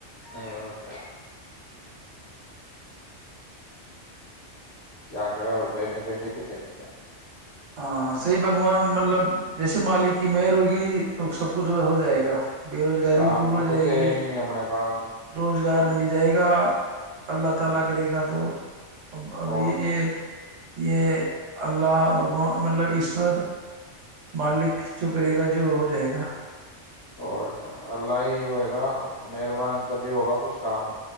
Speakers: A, on the left; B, on the right.
A: اوک کیا کرا اور بیٹھے بیٹھے بھی کرے کیا
B: ہاں سی بگوان مطلب جیسے مالک کی مہر ہوگی تو سب کچھ جو ہے ہو جائے گا بے روزگاری
A: کام
B: بھی دور
A: تو
B: ہو
A: کچھ
B: جائے
A: ہے
B: گی
A: ہی نہیں اپنے پاس
B: رو گار مل جائے گا اللہ تعالی کرے گا تو ا ابھی
A: اور
B: یہ یہ اللہ بک مطلب ایشور مالک جو کرے گا جو ہو جائے گا
A: اور کیا اللہ ہی ہوئے گا مہربان تبھی ہوگا کچھ کام